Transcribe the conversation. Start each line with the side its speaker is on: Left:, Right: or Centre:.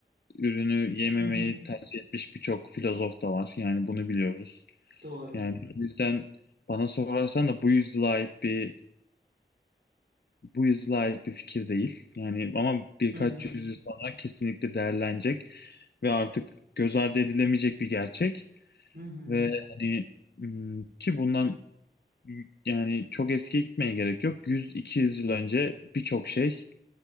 Left: ürünü yememeyi
Right: Hı hı.
Left: tercih etmiş birçok filozof da var. Yani bunu biliyoruz.
Right: Doğru.
Left: Yani o yüzden bana sorarsan da bu yüzyıla ait bir bu yüzyıla ait bir fikir değil. Yani ama birkaç
Right: Hı hı.
Left: yüzyıl sonra kesinlikle değerlenecek ve artık göz ardı edilemeyecek bir gerçek
Right: Hı hı.
Left: ve hani hmm, ki bundan yani çok eskiye gitmeye gerek yok. 100-200 yıl önce birçok şey